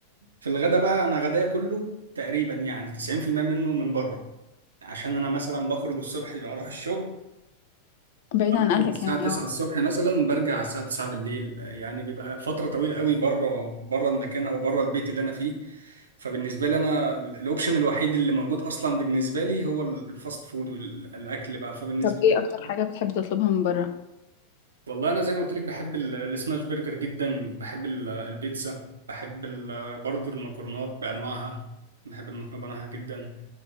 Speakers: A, on the right; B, on the left.
A: في الغدا بقى انا غدايا كله تقريبا يعني 90% منه من بره عشان انا مثلا بخرج الصبح بروح الشغل
B: بعيد عن
A: بخرج
B: أهلك
A: الساعة
B: يعني
A: 9
B: اه
A: الصبح مثلا برجع الساعة 9 بالليل يعني بيبقى فترة طويلة قوي بره بره المكان او بره البيت اللي انا فيه فبالنسبة لي انا ال- الاوبشن الوحيد اللي موجود اصلا بالنسبة لي هو ال- الفاست فود والاكل بقى فبالنسبة
B: طب ايه
A: لي
B: أكتر حاجة بتحب تطلبها من بره
A: والله انا زي ما قلت لك بحب ال- السماش برجر جدا بحب ال- البيتزا بحب ال- برضو المكرونات بانواعها بحب المكرونه بانواعها جدا